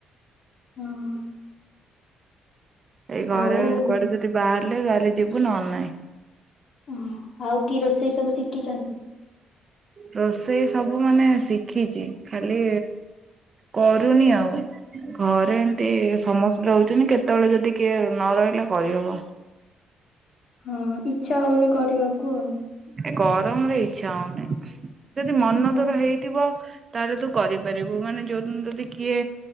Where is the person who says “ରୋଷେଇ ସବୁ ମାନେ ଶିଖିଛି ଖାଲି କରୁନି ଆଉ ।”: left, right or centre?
Right